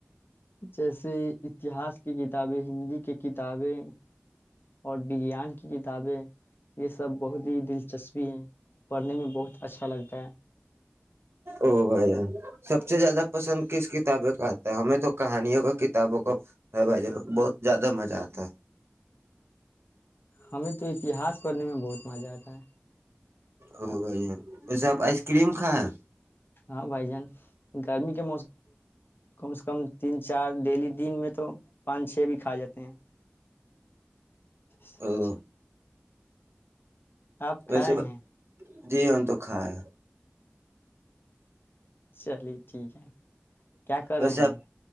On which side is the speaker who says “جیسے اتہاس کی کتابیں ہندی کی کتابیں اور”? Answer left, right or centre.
Left